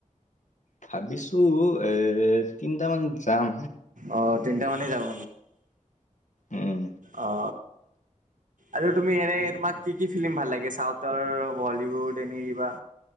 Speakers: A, on the left (about 65°); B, on the right (about 75°).
A: ভাবিছোঁ এ তিনিটামান যাম
B: অঁ তিনিটা মানে যাবা
A: উম
B: অ আৰু তুমি এনে তোমাক কি কি ফিল্ম ভাল লাগে চাউথৰ, হলীউড এনেই কিবা